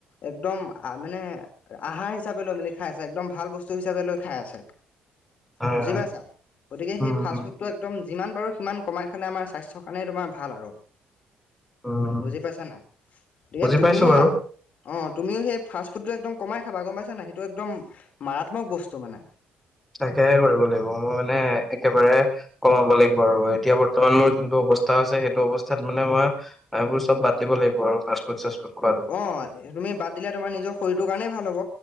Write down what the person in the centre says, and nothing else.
হয়
হয়
উম
উম
বুজি
পাইছো বাৰু
তাকেহে কৰিব লাগিব, মই মানে একেবাৰে কমাব লাগিব আৰু এইট। এতিয়া বৰ্তমান মোৰ যোনটো অৱস্থা আছে সেইটো অৱস্থাত মানে মই- সেইবোৰ চব বাদদিব লাগিব আৰু ফাষ্টফুড চাচফুড খোৱাটো।